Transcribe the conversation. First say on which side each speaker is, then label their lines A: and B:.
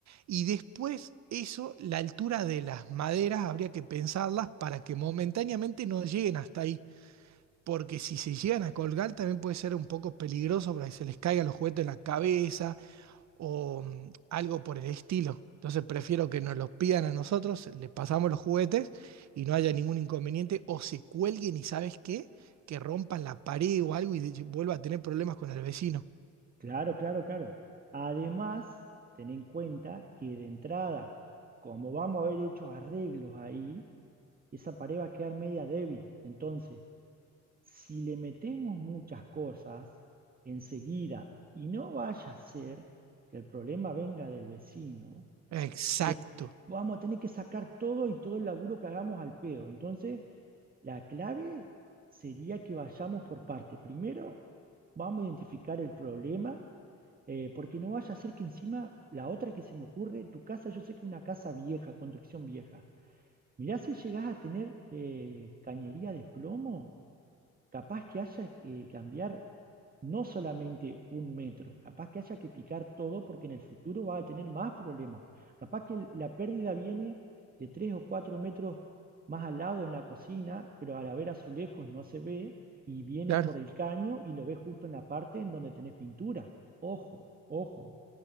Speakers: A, on the right; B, on the right.
A: y después eso, la altura de las maderas, habría que pensarlas para que momentáneamente no lleguen hasta ahí. Porque si se llegan a colgar, también puede ser un poco peligroso para que se les caigan los juguetes en la cabeza o mm, algo por el estilo. Entonces prefiero que nos los pidan a nosotros, le pasamos los juguetes y no haya ningún inconveniente o se cuelguen y sabes qué, que rompan la pared o algo y de- vuelva a tener problemas con el vecino.
B: Claro, claro, claro. Además, ten en cuenta que de entrada, como vamos a haber hecho arreglos ahí, esa pared va a quedar media débil. Entonces, si le metemos muchas cosas enseguida y no vaya a ser que el problema venga del vecino,
A: Exacto.
B: de- vamos a tener que sacar todo y todo el laburo que hagamos al pedo. Entonces, la clave sería que vayamos por parte. Primero, vamos a identificar el problema, eh, porque no vaya a ser que encima la otra que se me ocurre, tu casa, yo sé que es una casa vieja, construcción vieja. Mirá si llegás a tener eh, cañería de plomo capaz que haya que cambiar no solamente un metro, capaz que haya que picar todo porque en el futuro va a tener más problemas. Capaz que la pérdida viene de tres o cuatro metros más al lado en la cocina, pero al haber azulejos no se ve y viene
A: Claro.
B: por el caño y lo ves justo en la parte en donde tenés pintura. Ojo, ojo.